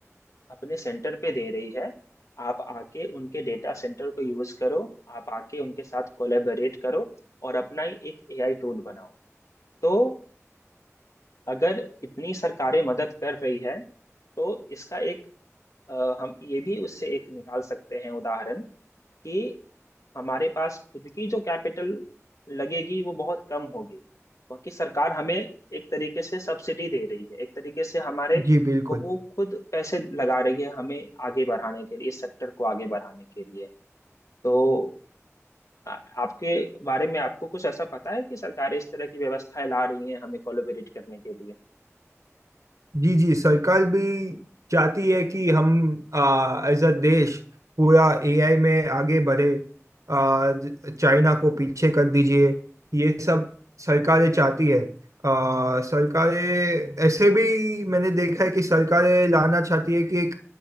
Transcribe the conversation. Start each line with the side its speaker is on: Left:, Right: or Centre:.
Left: अपने सेंटर पे दे रही है आप आके उनके डेटा सेंटर को यूज करो आप आके उनके साथ कोलेबरेट करो और अपना ही एक एआई टूल बनाओ तो अगर इतनी सरकारें मदद कर रही है तो इसका एक अ, हम ये भी उससे एक निकाल सकते हैं उदाहरण कि हमारे पास खुद की जो कैपिटल लगेगी वो बहुत कम होगी क्योंकि सरकार हमें एक तरीके से सब्सिडी दे रही है एक तरीके से हमारे
Right: जी बिल्कुल
Left: को वो खुद पैसे लगा रही है हमें आगे बढ़ाने के लिए इस सेक्टर को आगे बढ़ाने के लिए तो आ- आपके बारे में आपको कुछ ऐसा पता है कि सरकारें इस तरह की व्यवस्थाएं ला रही हैं हमें कोलैबोरेट करने के लिए
Right: जी जी सरकार भी चाहती है कि हम एज अ देश पूरा एआई में आगे बढ़े आ, ज- चाइना को पीछे कर दीजिए ये सब सरकारें चाहती है आ, सरकारें ऐसे भी मैंने देखा है कि सरकारें लाना चाहती है कि एक